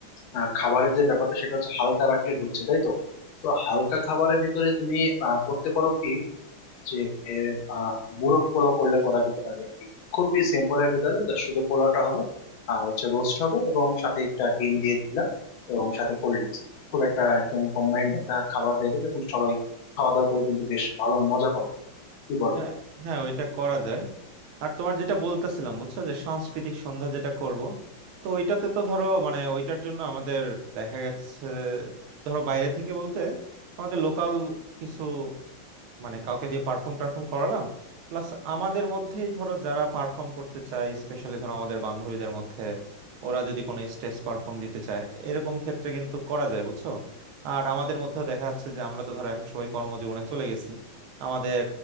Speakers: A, on the left; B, on the right.
A: আহ, খাবারের যে ব্যাপারটা সেটা হচ্ছে হালকা রাখলে হচ্ছে তাই তো তো হালকা খাবারের ভিতরে তুমি আহ, করতে পারো কি যে আহ, মোরগ পোলাও করলে করা যেতে পারে আর কি খুবই সিম্পল এর ভিতরে যা শুধু পোলাওটা হবে আর হচ্ছে রোস্ট হবে এবং সাথে একটা ডিম দিয়ে দিলাম এবং সাথে কোল্ড ড্রিঙ্কস খুব একটা একদম কম্বাইন্ড একটা খাবার হয়ে যাবে এবং সবাই খাওয়া দাওয়া করে কিন্তু বেশ ভালো মজা পাবে কি বলো
B: হ্যাঁ হ্যাঁ ওইটা করা যায় আর তোমার যেটা বলতেছিলাম বুঝছো যে সাংস্কৃতিক সন্ধ্যা যেটা করব তো ওইটাতে তো ধরো মানে ওইটার জন্য আমাদের দেখা গেছে ধরো বাইরে থেকে বলতে আমাদের লোকাল কিছু মানে কাউকে দিয়ে পারফর্ম টারফর্ম করালাম প্লাস আমাদের মধ্যেই ধরো যারা পারফর্ম করতে চায় স্পেশালি ধরো আমাদের বান্ধবীদের মধ্যে ওরা যদি কোনো স্টেজ পারফর্ম দিতে চায় এরকম ক্ষেত্রে কিন্তু করা যায় বুঝছো আর আমাদের মধ্যেও দেখা যাচ্ছে যে আমরা তো ধরো এখন সবাই কর্মজীবনে চলে গেছি আমাদের